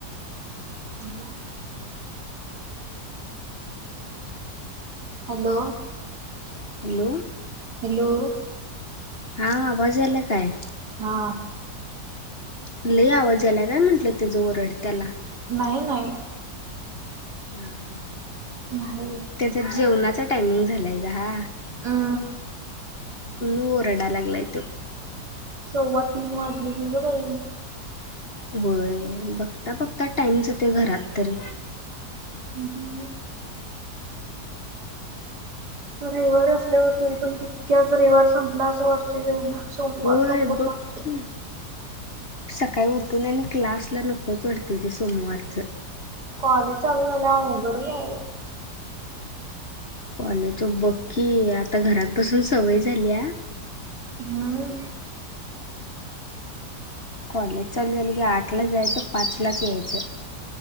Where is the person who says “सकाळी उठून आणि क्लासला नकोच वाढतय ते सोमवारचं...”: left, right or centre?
Left